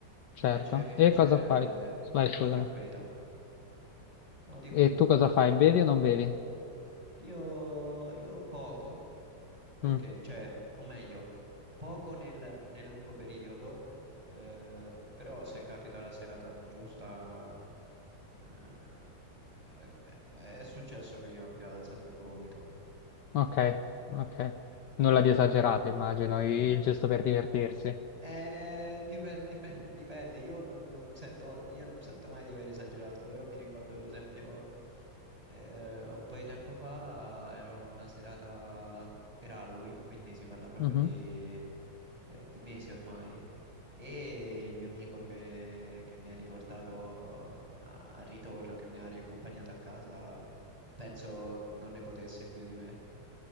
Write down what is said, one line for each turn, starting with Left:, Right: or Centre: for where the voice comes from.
Left: certo.
Right: mi piace, mi piace
Left: E cosa fai? Vai, scusami.
Right: la tranquillità. No, dimmi, dimmi.
Left: E tu cosa fai? Bevi o non bevi?
Right: Io, io poco, perché,
Left: Mm.
Right: cioè, o meglio, poco nel, nel lungo periodo, eh, però se capita la serata giusta, eh, è, è successo che io abbia alzato il gomito.
Left: Ok, ok. Nulla di esagerato, immagino, il giusto per divertirsi.
Right: Eh, dipen- dipen- <laughs> dipende, Io non, non sento, io non sento mai di aver esagerato, però mi ricordo per esempio eh, un po' di tempo fa eravamo una serata per Halloween, quindi si parla proprio
Left: Mhm.
Right: di, eh, di mesi ormai, e il mio amico che, che mi ha riportato a- al ritorno, che mi ha riaccompagnato a casa, penso non ne potesse più di me.